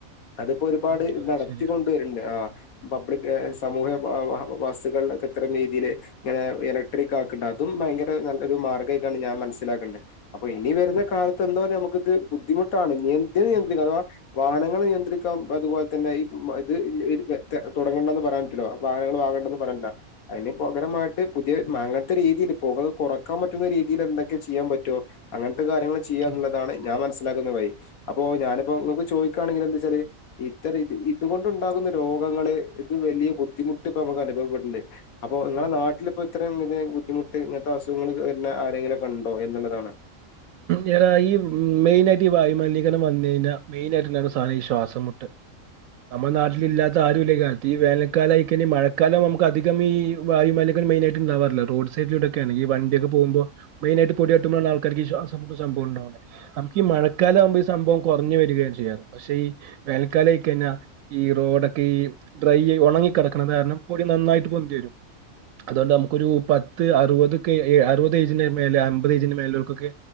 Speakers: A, on the left; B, on the right.
A: അത്പ്പൊരുപാട്
B: ഉം ഉം അതെ
A: നടത്തി
B: ശരിയാ.
A: കൊണ്ടുവര്ണ്ട് ആഹ് പബ്ലിക് സമൂഹം ബസ്സുകൾ ക്കെത്ര രീതീല് ഇങ്ങനെ എലക്ട്രിക് ആ ണ്ട് അതും ഭയങ്കര നല്ലൊരു മാർ ഗായിട്ടാണ് ഞാൻ മനസ്സിലാക്ക്ണത് അപ്പൊ ഇനി വരുന്ന കാലത്ത് എന്താ നമുക്കിത് ബുദ്ധിമുട്ടാണ് നിയന്ത് നിയന്ത്രിക
B: ഉം
A: അഥവാ വാഹനങ്ങള് നിയന്ത്രിക്കാം അതുപോലെ തന്നെ ഇ <unintelligible> തൊടങ്ങ്ണംന്ന് പറയൻ റ്റുല്ലാ വാഹനങ്ങള് വാങ്ങേണ്ടന്ന് പറയൻ പറ്റ് ല അതിന് പകരമായിട്ട് പുതിയ മാങ്ങ രീതീല് പൊക കൊറക്കാൻ പറ്റുന്ന രീതീല് എന്തൊക്കെ ചെയ്യാൻ പറ്റോ അങ്ങനെ കാര്യങ്ങൾ ചെയ്യാന്ന്ള്ളതാണ്
B: ഉം അതെ അതെ.
A: ഞാൻ മനസ്സിലാക്കുന്ന വഴി അപ്പോ
B: ഉം
A: ഞാനിപ്പോക്ക് ഇങ്ങക്ക് ചോദ ക്കാണെങ്കി എന്ത് വെച്ചാല് ഇത്തത് ഇത് ഇതുകൊണ്ട് ഉണ്ടാകുന്ന രോഗങ്ങളെ ഇത് വല്യ ബുദ്ധിമുട്ട് പക അനുഭുണ്ട് അപ്പോ നിങ്ങടെ
B: ഉം.
A: നാട്ടില് ഇപ്പോ ഇത്രയും ഇ <unintelligible> ബുദ്ധിമുട്ട് ഇങ്ങൻത്തെ അസുഖങ്ങൾ വര്ന്നെ ആരെങ്കിലൊക്കെ ഇണ്ടോ എന്നുള്ളതാണ്
B: യാ ഈ മെയിനായിട്ട് ഈ വായുമലിനീകരണം വന്നു കഴിഞ്ഞാ മെയിനായിട്ടാണ് സാന ഈ ശ്വാസംമുട്ട് നമ്മുടെ നാട്ടിലില്ലാത്ത ആരുല്ല ഈ കാലത്ത് ഈ വേനൽക്കാലം ആയിക്കഴിഞ്ഞാ മഴക്കാലം നമു അധികം ഈ വായു മലിക മെയി ഹാ യിട്ട് ഇണ്ടാവാറില്ല റോഡ് സൈഡിലിടക്കേണ് ഈ വണ്ട്യെക്കെ പോകുമ്പോ മെയിനായിട്ട് പൊടി സത്ത്യം പറ്ഞ്ഞാ ആൾക്കാര്ക്ക് ഈ ശ്വാസ് സംഭവൊ ഇണ്ടാവ നമുക്ക് ഈ മഴക്കാലം ആവ്മ്പോ ഈ സംഭവം കൊറഞ്ഞു വരികയാണ് ചെയ്യറ് പക്ഷേ ഈ വേനൽക്കാല കഴിഞ്ഞ ഈ റോഡൊക്കെ ഈ ഡ്രൈ ഒണങ്ങി കെടക്ക്ണ കാരണം പൊടി നന്നായിട്ട് പൊന്തി വെരും അതുകൊണ്ട് നമുക്കൊരു പത്ത് അറുപതൊക്കെ അറുപത് ഏയ്ജിന്റെ മേലെ അമ്പത് ഏയ്ജിന്റെ മേല് <unintelligible> ക്കൊക്കെ